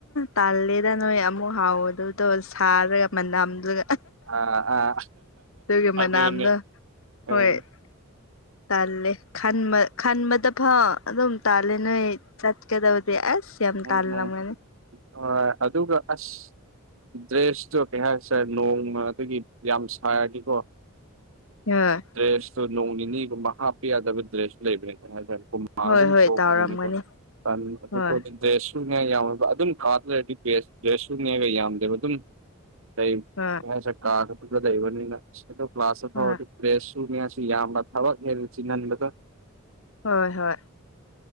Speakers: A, on the left (about 65°); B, on the right (about 65°).
A: ꯇꯥꯜꯂꯦꯗ ꯅꯣꯏ ꯑꯃꯨꯛ ꯍꯥꯎꯑꯗꯨ ꯑꯗꯣ ꯁꯥꯔꯒ ꯃꯅꯝꯗꯨꯒ
B: ꯑꯥ ꯑꯥ
A: ꯑꯗꯨꯒ ꯃꯅꯝꯗꯣ
B: ꯑꯗꯨꯅꯦ
A: ꯍꯣꯏ
B: ꯎꯝ
A: ꯇꯜꯂꯦꯕ ꯈꯟꯕꯗ ꯐꯥꯎ ꯑꯗꯨꯝ ꯇꯥꯜꯂꯦ ꯅꯣꯏ ꯆꯠꯀꯗꯕꯗꯤ ꯑꯁ ꯌꯥꯝ
B: ꯎꯝ
A: ꯇꯥꯜꯂꯝꯒꯅꯤ
B: ꯍꯣꯏ ꯑꯗꯨꯒ ꯑꯁ ꯗ꯭ꯔꯦꯁꯇꯨ ꯀꯩ ꯍꯥꯏꯁꯤꯔ ꯅꯣꯡꯃ ꯑꯗꯨꯒꯤ ꯌꯥꯝ ꯁꯥꯔꯗꯤꯀꯣ
A: ꯑꯥ
B: ꯗ꯭ꯔꯦꯁꯇꯨ ꯅꯣꯡ ꯅꯤꯅꯤꯒꯨꯝꯕ ꯍꯥꯞꯄ ꯌꯥꯗꯕ ꯗ꯭ꯔꯦꯁ ꯂꯩꯕꯅꯦ ꯀꯣ ꯍꯥꯏꯇꯥꯔꯦ ꯀꯣ
A: ꯍꯣꯏ
B: ꯑꯗꯨꯝ
A: ꯍꯣꯏ
B: ꯊꯣꯛꯄꯅꯤꯅꯦꯀꯣ
A: ꯇꯥꯎꯔꯝꯒꯅꯤ
B: <unintelligible>
A: ꯍꯣꯏ
B: ꯗ꯭ꯔꯦꯁꯁꯨꯅ ꯌꯎꯔꯥꯒ ꯑꯗꯨꯝ ꯀꯥꯗ꯭ꯔꯗꯤ ꯗ꯭ꯔꯦꯁꯁꯨꯅꯦꯒ ꯌꯥꯝꯗꯦꯕ ꯑꯗꯨꯝ ꯂꯩ
A: ꯑꯥ
B: ꯑꯩꯁꯦ ꯀꯥꯗ ꯈꯠꯇ ꯂꯩꯕꯅꯤꯅ ꯑꯗꯣ ꯀ꯭ꯂꯥꯁ ꯆꯠꯄ
A: ꯍꯣꯏ
B: ꯍꯧꯔꯗꯤ ꯗ꯭ꯔꯦꯁ ꯁꯨꯅꯦ ꯍꯥꯏꯁꯨ ꯌꯥꯝꯕ ꯊꯕꯛ ꯅꯦ ꯆꯤꯟꯍꯟꯕꯗꯣ
A: ꯍꯣꯏ ꯍꯣꯏ